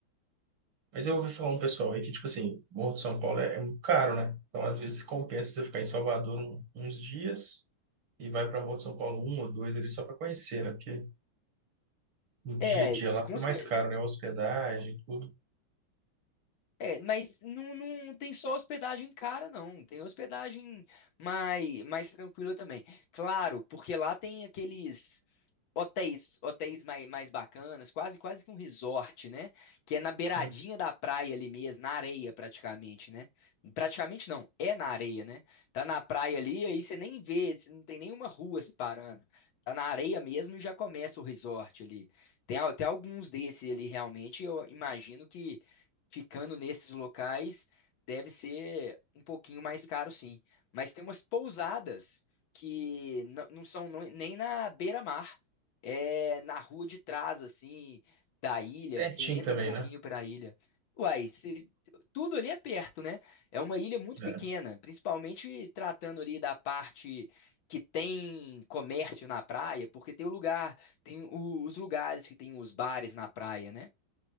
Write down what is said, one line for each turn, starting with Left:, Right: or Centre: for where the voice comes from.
Right: Mas eu ouvi falar um pessoal aí que, tipo assim, Morro de São Paulo é, é muito caro, né? Então, às vezes, compensa você ficar em Salvador um- uns dias e vai para Morro de São Paulo um ou dois ali só para conhecer, né? Porque o dia
Left: É,
Right: a dia lá
Left: com
Right: fica mais
Left: cer-
Right: caro, né? Hospedagem, tudo.
Left: é, mas não, não tem só hospedagem cara, não. Tem hospedagem mais, mais tranquila também. Claro, porque lá tem aqueles Hotéis, hotéis mais, mais bacanas, quase quase que um resort, né? Que é na beiradinha
Right: Hum,
Left: da praia ali mesmo, na areia praticamente, né? Praticamente não, é na areia, né? Tá na praia ali, aí você nem vê, você não tem nenhuma rua separando. Tá na areia mesmo e já começa o resort ali. Tem até alguns desses ali realmente, eu imagino que ficando nesses locais deve ser um pouquinho mais caro sim. Mas tem umas pousadas que n- não são nem nem na beira-mar é na rua de trás, assim, da ilha.
Right: Pertinho
Left: Você entra
Right: também,
Left: um pouquinho
Right: né?
Left: para a ilha. Uai, cê- tudo ali é perto, né? É uma ilha muito
Right: É.
Left: pequena, principalmente tratando ali da parte que tem comércio na praia, porque tem o lugar, tem o- os lugares que tem os bares na praia, né?